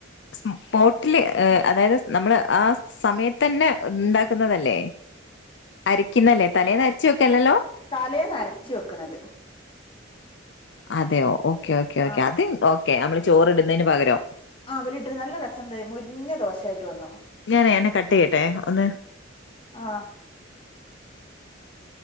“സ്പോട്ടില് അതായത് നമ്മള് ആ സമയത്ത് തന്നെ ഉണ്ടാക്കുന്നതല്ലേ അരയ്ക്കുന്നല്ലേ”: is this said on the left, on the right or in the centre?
Left